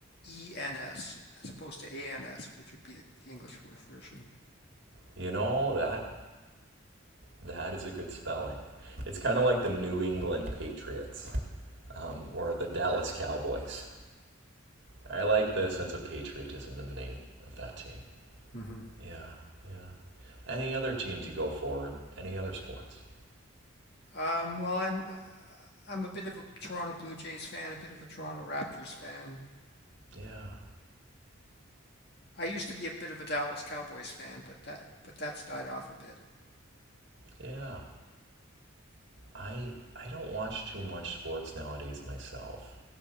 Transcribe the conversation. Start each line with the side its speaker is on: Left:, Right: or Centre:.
Left: E N S as opposed to A N S, which would be the, the English word version.
Right: You know, that that is a good spelling. It's kind of like the New England Patriots um, or the Dallas Cowboys. I like the sense of patriotism in the name of that team.
Left: hmm
Right: Yeah, yeah. Any other teams you go for in any other sports?
Left: Um, well, I'm I'm a bit of a Toronto Blue Jays fan, a bit of a Toronto Raptors fan.
Right: Yeah,
Left: I used to be a bit of a Dallas Cowboys fan, but that but that's died off a bit.
Right: yeah. I I don't watch too much sports nowadays myself.